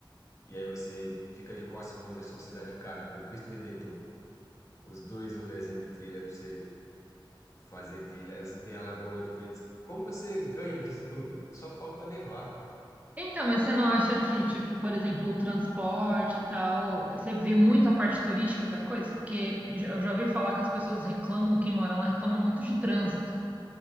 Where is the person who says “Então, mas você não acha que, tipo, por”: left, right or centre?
Right